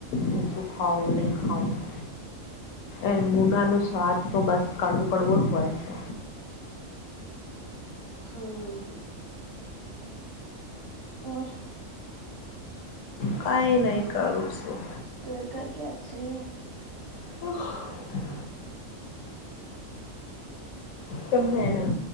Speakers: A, on the left (about 70°); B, on the right (about 35°).
A: હું શું ખાવું, નહીં ખાવું. એમ મૂનાનું સ્વાદ તો બસ કડવું કડવો જ હોય છે.
B: હમ્મ. ઔર!
A: કાંઈ નહી કરું સું.
B: ઘર ક ક્યા છે.
A: હ. <unintelligible> તમને એને